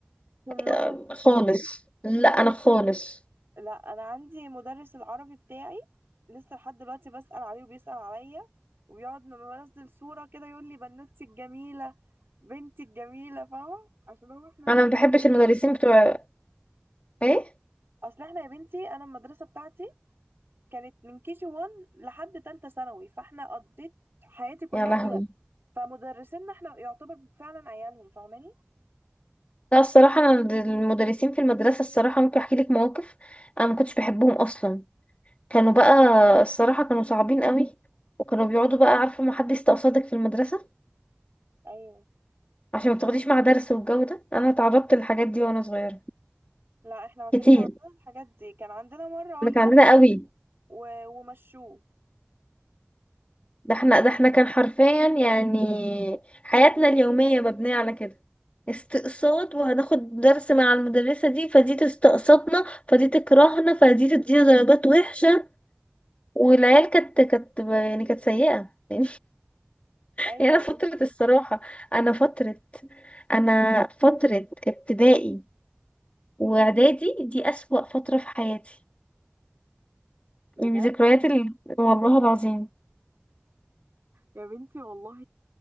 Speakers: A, on the right; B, on the left.
A: كلهم
B: آه، خالص لا انا خالص
A: لا انا عندي مدرس العربي بتاعي لسه لحد دلوقتي بسأل عليه وبيسأل عليا وبيقعد لما بنزل صورة كده يقول لي بنوتي الجميلة بنتي الجميلة فاهمة عشان هو احنا
B: انا
A: يعتبر
B: ما بحبش
A: ايه
B: المدرسين بتوع ايه
A: اصل احنا يا بنتي انا المدرسة بتاعتي كانت من كي جي 1 لحد تالتة ثانوي فاحنا قضيت حياتي كلها
B: يا لهوي
A: فيها فمدرسينا احنا يعتبر فعلا عيالهم فاهماني
B: لا الصراحة انا المدرسين في المدرسة الصراحة ممكن احكي لك مواقف انا ما كنتش بحبهم اصلا كانوا بقى الصراحة كانوا صعبين قوي وكانوا بيقعدوا بقى عارفة ما حد يستقصدك في المدرسة
A: ايوه
B: عشان ما بتاخديش مع درس والجو ده انا اتعرضت للحاجات دي وانا صغيرة
A: لا احنا ما كانش
B: كتير
A: عندنا الحاجات دي كان عندنا مرة واحدة
B: احنا كان عندنا قوي
A: و... ومشوه
B: ده احنا ده احنا كان حرفيا يعني حياتنا اليومية مبنية على كده استقصاد وهناخد درس مع المدرسة دي فدي تستقصدنا فدي تكرهنا فدي تدينا درجات وحشة والعيال كانت كانت يعني كانت سيئة <laughs>
A: ايوه
B: يعني انا
A: يا
B: فترة
A: بنتي
B: الصراحة انا فترة انا فترة ابتدائي واعدادي دي اسوأ فترة في حياتي
A: بجد
B: يعني ذكريات ال... والله العظيم
A: يا بنتي والله